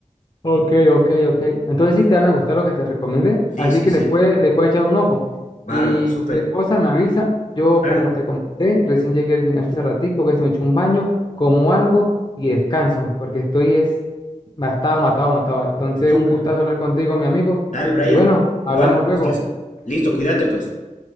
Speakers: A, on the left (about 35°); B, on the left (about 70°).
A: Ok, ok, ok. Entonces sí te van a gustar lo que te recomendé.
B: Sí,
A: Así
B: sí,
A: que
B: sí.
A: les puede, le puede echar un ojo.
B: Bárbaro,
A: Y
B: súper.
A: cualquier cosa me avisa. Yo,
B: Claro,
A: como te comenté, recién llegué al gimnasio hace ratico, voy a ver si me echo un baño, como algo y descanso, porque estoy es matado, matado, matado. Entonces,
B: súper.
A: un gustazo hablar contigo, mi amigo.
B: Dale, Brian.
A: Y bueno, hablamos
B: Igual,
A: luego.
B: gustazo. Listo, cuídate pues.